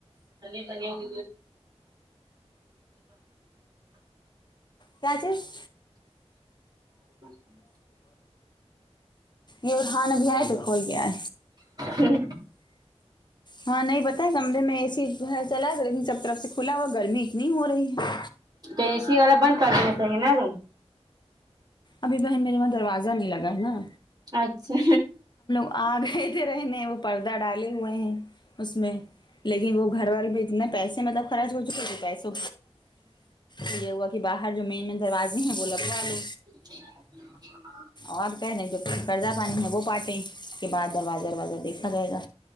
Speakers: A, on the right; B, on the left.
A: بگے بن ہو گ
B: کیا چیز
A: <inaudible>
B: یورہن ابھی اے تو کھول کے اے
A: ہوں
B: ہاں نہیں پتا ہے کمرے میں اے سی ہے چلا گ لیکن سب طرف سے کھلا ہوا گرمی اتنی ہو رہی ہے
A: تو اے سی والا بند کر دینا چاہیے نہ روم
B: ابھی بہن میرے وہاں دروازہ نہیں لگا ہے نا
A: اچھا
B: اگئے تھے رہنے وہ پردہ ڈالے ہوئے ہیں اس میں لیکن وہ گھر والے بھی اتنے پیسے مطلب خرچ ہو چکے تھ پیسے تو یہ ہوا کہ باہر جو مین مین دروازے ہیں وہ لگوا لو
A: <inaudible>
B: اور کہہ رہیں جو قرضہ پانی ہے وہ پاٹیں اس کے بعد دروازہ دروازہ دیکھا جائے گا